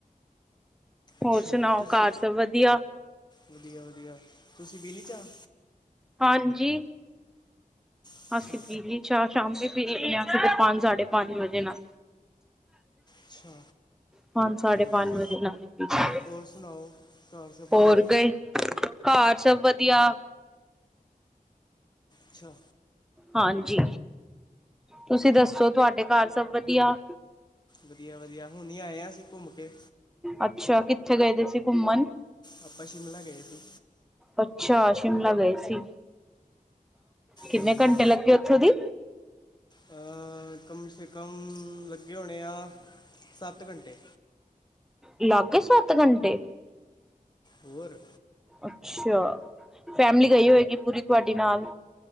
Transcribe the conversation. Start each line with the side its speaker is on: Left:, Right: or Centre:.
Centre: ਹੋਰ
Left: ਅੱਛਾ
Centre: ਸੁਣਾਓ
Left: ਤੁਸੀਂ
Centre: ਘਰ ਸਭ ਵਧੀਆ
Left: ਵਧੀਆ ਵਧੀਆ ਤੁਸੀਂ ਪੀ ਲੀ ਚਾਹ?
Centre: ਹਾਂਜੀ
Left: ਅੱਛਾ
Centre: ਅਸੀਂ ਪੀ ਲੀ ਚਾਹ ਸ਼ਾਮੀ ਪੀ ਲੈਨੇ ਆ ਪੰਜ ਸਾਢੇ ਪੰਜ ਵਜੇ ਨਾਲ
Left: ਅੱਛਾ
Centre: ਪੰਜ ਸਾਢੇ
Left: ਵਧੀਆ
Centre: ਪੰਜ ਵਜੇ ਨਾਲ
Left: ਹੋਰ ਸੁਣਾਓ ਘਰ ਸਭ
Centre: ਹੋਰ
Left: ਠੀਕ
Centre: ਗਏ। ਘਰ ਸਭ ਵਧੀਆ
Left: ਅੱਛਾ
Centre: ਹਾਂਜੀ ਤੁਸੀਂ ਦੱਸੋ ਤੁਹਾਡੇ ਘਰ ਸਭ ਵਧੀਆ।
Left: ਵਧੀਆ ਵਧੀਆ ਹੁਨੇ ਆਏ ਹਾਂ ਅਸੀਂ ਘੁੰਮ ਕੇ
Centre: ਅੱਛਾ ਕਿੱਥੇ ਗਏ ਦੇ ਸੀ ਘੁੰਮਣ
Left: ਆਪਾਂ ਸ਼ਿਮਲਾ ਗਏ ਸੀ
Centre: ਅੱਛਾ ਸ਼ਿਮਲਾ ਗਏ ਸੀ ਕਿੰਨੇ
Left: ਹੂੰ
Centre: ਘੰਟੇ ਲੱਗੇ ਉੱਥੋਂ ਦੀ
Left: ਅ ਕਮ ਸੇ ਕਮ ਲੱਗੇ ਹੋਣੇ ਆ ਸੱਤ ਘੰਟੇ
Centre: ਲਾਗ ਗਏ ਸੱਤ ਘੰਟੇ
Left: ਹੋਰ
Centre: ਅੱਛਾ ਫੈਮਲੀ ਗਈ ਹੋਏਗੀ ਪੂਰੀ ਤੁਹਾਡੇ ਨਾਲ